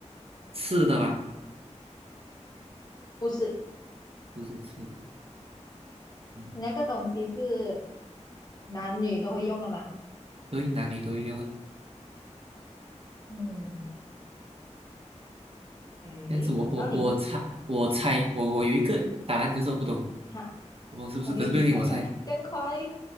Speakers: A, on the right; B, on the left.
A: 吃的吗？
B: 不是，
A: 不是吃的，嗯，
B: 你那个东西是男女都会用的嘛？
A: 对，男女都会用啊。
B: 嗯，诶，
A: 这样子我我我猜我猜我我有一个答案，
B: 然后你
A: 可是我不懂
B: 哈
A: 我是不是？
B: ，OK，
A: 可是不要紧，
B: 你猜看，
A: 我猜
B: 真样快，